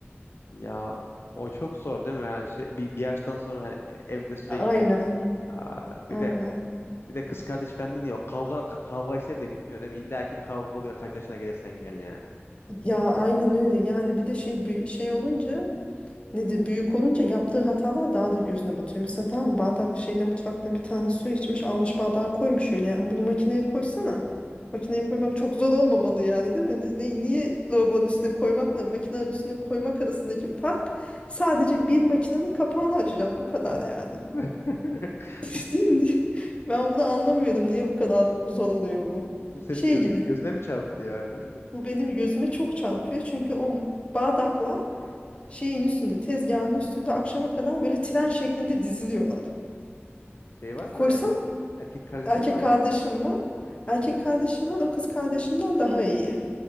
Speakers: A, on the left; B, on the left.
A: ya o çok zor değil mi? Yani sü- bir, bir yaştan sonra yani evde sürekli
B: Aynen.
A: aa, bir
B: Aynen.
A: de o- bir de kız kardeş falan dedi ya o kavga ka- kavga işleri de bitmiyor değil mi? İlla ki bir kavga oluyor kaç yaşına gelirsen gel yani.
B: Ya aynen öyle. Yani bir de şey bir şey olunca nedir büyük olunca yaptığı hatalar daha da gözüne batıyor. Mesela tamam mı, bardak şeyde mutfakta bir tane su içmiş almış bardağa koymuş öyle yani bunu makineye koysana. Makineye koymak çok zor olmamalı yani değil mi? Ne, niye lavabonun üstüne koymakla makinenin üstüne koymak arasındaki fark sadece bir makinenin kapağını açacağım bu kadar yani.
A: <laughs>
B: <laughs>
A: Bu,
B: Değil mi? Ben
A: bu-
B: bunu anlamıyorum niye bu kadar zor oluyor bu.
A: bu senin
B: Şey
A: göz,
B: gibi
A: gözüne mi çarptı yani?
B: bu benim gözüme çok çarpıyor çünkü o bardaklar şeyin üstünde tezgahın üstünde akşama kadar böyle tren şeklinde diziliyorlar.
A: Şey var mı?
B: Koysam
A: Erkek erkek kardeşin
B: erkek
A: var mıydı?
B: kardeşim var. Erkek kardeşim var o kız kardeşimden daha iyi.